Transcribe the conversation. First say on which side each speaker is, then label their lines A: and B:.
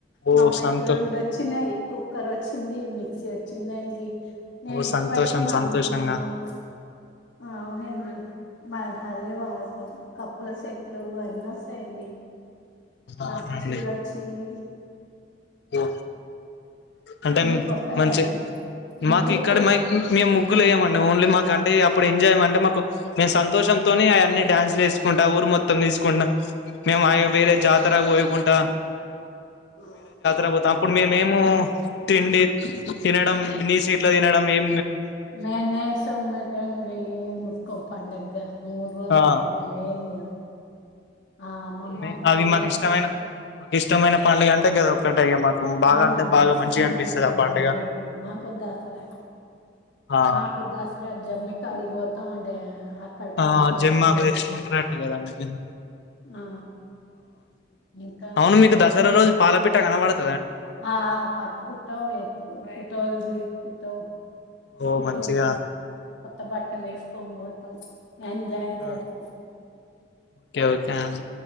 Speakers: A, on the left; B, on the left.
A: ఓ
B: మా అమ్మాయికి
A: సంతో
B: రెండు వొచ్చినాయి. కుక్కర్ వోచ్చింది. మీ సెచ్చిందండి నేన్
A: ఓ
B: ఇప్పటికిీ
A: సంతోషం
B: మా
A: సంతోషంగా
B: ఆమ్మ ఆవు అవును అండి. మా అదే వాస్తవం కప్పుల సెట్లు అన్ని వస్తాయండి. నాకు
A: అవునండి
B: చీర వొచ్చింది.
A: ఓ అంటే
B: మీకు వస్తాయండి
A: మంచి
B: ముగ్గుల
A: మాకు ఇక్కడ
B: పోటీ
A: మాకు మేము ముగ్గులు వేయమండి. ఓన్లీ మాకు అంటే ఇప్పుడు ఎంజాయ్ అంటే మాకు మేము సంతోషంతోని అయి అన్ని డ్యాన్స్లు చేసుకుంటా ఊరు మొత్తం తీసుకుంట మేము ఆ వేరే జాతర పోయుకుంటా
B: నో
A: తారకు పోతాం. అప్పుడు మేం మేం తిండి తినడం నీస్ గిట్ల తినడం. ఏం
B: మేనే సమ్మట <unintelligible> ఓక్క పండగ మూడు రోజుల
A: ఆ
B: దాకా మేం ఏం తినం. ఆ అమ్మమ్మ
A: ఆనే
B: లేపు
A: అది మాకు ఇష్టమైన మాకు ఇష్టమైన పండుగ అంటే గాదొక్కటే ఇగ మాకు బాగా
B: అవునా
A: అంటే బాగా
B: సంక్రాంతేనా
A: మంచిగా అనిపిస్తది ఆ పండుగ
B: మీకు మా కొ దసరా
A: ఆ
B: మాకు దాస్ సారా జమ్మి కాడికి పోతాం అంటే అక్కడ పాటలు
A: ఆ జెమ్మ ఆకు
B: అవి
A: తెచ్చుకుంటారు. అట్న్ కాదండి
B: ఆ ఇంకా
A: అవును మీకు
B: ఏం
A: దసరా
B: లేదు
A: రోజు పాలపిట్ట ట్ట కనబడది
B: ఆ పట్కుట్టం ఎతుకోన్ ఫోటోల్డి కుతో
A: ఓ
B: పుటోలుగు
A: మంచిగా
B: కొత్త బట్టలు వేసుకోన్ పోతు తంగ్ ఎంజాయ్
A: ఆ
B: చేస్తాం
A: ఓకే ఓకే అన్